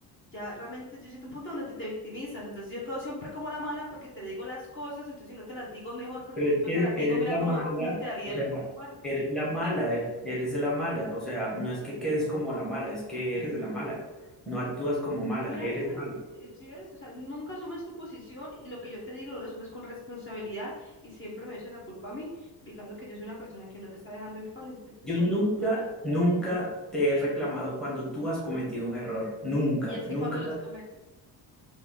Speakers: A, on the left; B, in the centre.
A: ya realmente yo siento un punto donde te, te victimizas. Entonces yo quedo siempre como la mala porque te digo las cosas, entonces si no te las digo es mejor, pero
B: Pero
A: entonces
B: es
A: si
B: que
A: no te las digo,
B: eres
A: mira
B: la
A: cómo,
B: mala,
A: cómo quedaría
B: o
A: el,
B: sea,
A: cu- el cuarto.
B: eres la mala,
A: Eh,
B: er- eres la mala, o sea, no es que quedes como la mala, es que eres la mala. No actúas como mala,
A: Y Mira,
B: eres
A: si ves,
B: mala.
A: eh, si ves, o sea, nunca asumes tu posición y lo que yo te digo no lo asumes con responsabilidad y siempre me echa la culpa a mí, indicando que yo soy una persona que no te está dejando en pan. este,
B: Yo
A: pues,
B: nunca, nunca te he reclamado cuando tú has cometido un error. Nunca,
A: Y es
B: nunca
A: que cuando
B: te
A: los
B: he- reclamado.
A: cometo,